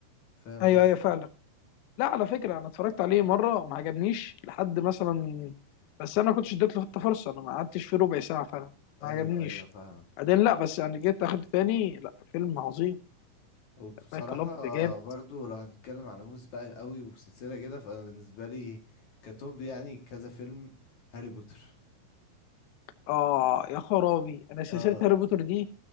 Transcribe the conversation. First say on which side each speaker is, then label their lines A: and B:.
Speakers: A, on the left; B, on the left.
A: فاهم
B: ايوه
A: قصدي
B: ايوه فعلا لا على فكرة أنا اتفرجت عليه مرة ما عجبنيش لحد مثلا بس أنا ما كنتش اديت له حتى فرصة أنا ما قعدتش فيه ربع ساعة فعلا
A: ايوه
B: ما عجبنيش
A: ايوه فاهمك
B: بعدين
A: فاهم
B: لا بس يعني جيت أخد تاني لا فيلم عظيم
A: وبصراحة
B: فايت كلاب جامد
A: برضو لو هنتكلم على موز بقى قوي وسلسلة كده فانا بالنسبة لي كتوب يعني كذا فيلم هاري بوتر
B: آه يا خرابي أنا سلسلة
A: اه
B: هاري بوتر دي